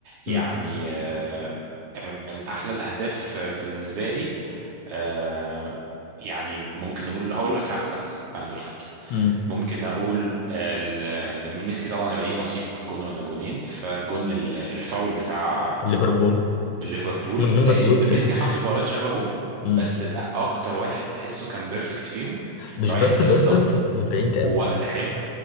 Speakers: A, on the right (about 90°); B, on the left (about 80°).
A: يعني
B: م-
A: آه، من احلى الاهداف آه، بالنسبه لي آه، يعني ممكن نقول هقول لك خمسه مثلا تعال نقول خمسه
B: م.
A: ممكن اقول آه، ل- لميسي طبعا هيبقى ليه نصيب جون ولا جونين فجون ال- الفاول بتاع
B: ليفربول
A: ليفربول
B: من غير
A: لان
B: ما تقول
A: ميسي
B: <laughs>
A: حط فاولات شبهه
B: م.
A: بس ده اكتر واحد تحسه كان بيرفكت فيهم
B: مش
A: رايح
B: بس
A: بالظبط
B: بيرفكت من بعيد قوي
A: ووقت حلو